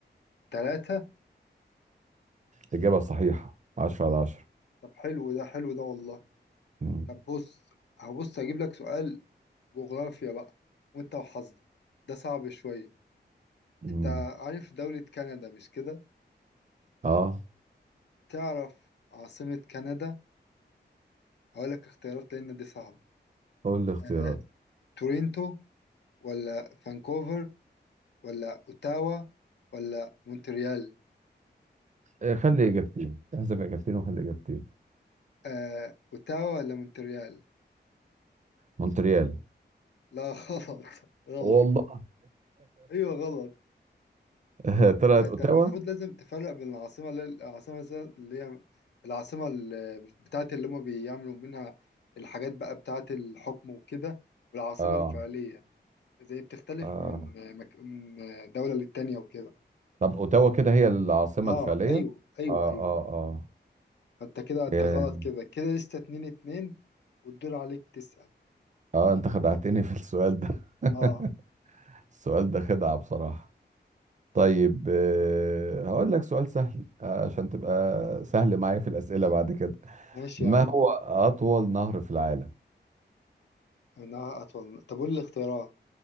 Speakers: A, on the left (about 75°); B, on the right (about 40°).
A: ثلاثة
B: اجابة صحيحة عشرة على عشرة
A: طب حلو ده حلو ده والله
B: مم.
A: طب بص هبص أجيب لك سؤال جغرافيا بقى وانت وحظك ده صعب شوية
B: مم.
A: انت عارف دولة كندا مش كده
B: اه
A: تعرف عاصمة كندا هقولك اختيارات لان دي صعبة
B: قول لي اختيارات
A: آه، تورينتو ولا فانكوفر ولا اوتاوا ولا مونتريال
B: آه، خلي اجابتين احذف اجابتين وخلي اجابتين
A: آه، اوتاوا ولا مونتريال
B: مونتريال
A: لا <laughs> غلط غلط
B: والله
A: ايوه غلط
B: <laughs> طلعت
A: انت انت
B: اوتاوا
A: المفروض لازم تفرق بين العاصمة اللي هي العاصمة مثلا اللي هي العاصمة اللي بتاعت اللي هما بيعملوا منها الحاجات بقى بتاعت الحكم وكده والعاصمة
B: اه
A: الفعلية زي بتختلف
B: اه
A: من مك... من دولة للتانية وكده
B: طب اوتاوا كده هي العاصمة
A: اه
B: الفعلية
A: ايوه ايوه
B: اه
A: ايوه
B: اه اه
A: فانت كده انت
B: إيه،
A: غلط كده كده لسه اتنين اتنين والدور عليك تسأل
B: اه انت خدعتني في السؤال ده <laughs>
A: اه
B: السؤال ده خدعة بصراحة طيب آه، هقول لك سؤال سهل آه، عشان تبقى سهل معايا في الأسئلة بعد كده
A: ماشي
B: ما
A: يا عم
B: هو أطول نهر في العالم
A: انا اطول طب قول لي الاختيارات